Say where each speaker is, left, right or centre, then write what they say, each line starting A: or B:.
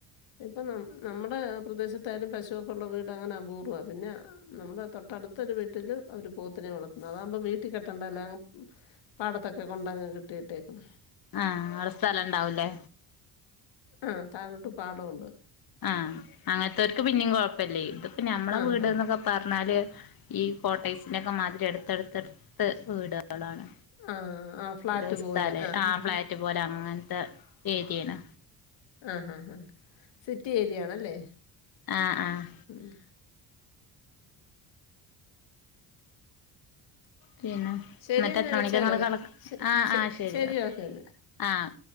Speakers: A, on the left; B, on the left.
A: ഇപ്പം ന നമ്മുടെ പ്രദേശത്തായാലും പശുവൊക്കെ ഒള്ള വീട് അങ്ങനെ അപൂർവ്വ പിന്നെ നമ്മുടെ തൊട്ടടുത്തൊരു വീട്ടില് അവര് പോത്തിനെ വളർത്തുന്നു അതാവുമ്പോ വീട്ടി കെട്ടണ്ടല്ലോ അങ്ങ് പാടത്തൊക്കെ കൊണ്ടങ്ങ് കെട്ടിയിട്ടേക്കും
B: ആഹ് ആടെ സ്ഥലണ്ടാവുല്ലേ?
A: ആഹ് താഴോട്ട് പാടൊവൊണ്ട്
B: ആഹ് അങ്ങനത്തോൽക്ക് പിന്നിം കൊഴപ്പെല്ലേ ഇത്പ്പ ഞമ്മളെ
A: ആ
B: വീട്ന്നൊക്കെ
A: ഹാ
B: പ പർഞ്ഞാല് ഈ കോട്ടൈസിന്റെക്കെ മാതിരി എടുത്തെടുത്തെടുത്ത് വീട്കളാണ്
A: ആ ആ ഫ്ലാറ്റ്
B: ഒരു സ്ഥല്
A: പോലെ ആ
B: ആഹ്
A: ഹാ
B: ഫ്ലാറ്റ് പോലെ അങ്ങൻത്തെ ഏരിയേണ്
A: ആഹ് ഹാഹ് ഹാഹ് സിറ്റി ഏരിയാണല്ലേ?
B: ആഹ് ആഹ്
A: ഉം
B: പിന്നെ
A: ശരി
B: ഇന്നിട്ടെത്ര
A: എന്നാൽ
B: മണിക്കങ്ങെള്
A: വെച്ചേര്
B: കടക്ക
A: ശ-
B: ആഹ്
A: ശ-
B: ആഹ് ശരി എന്നാ
A: ഓക്കെ എന്നാൽ
B: ആഹ്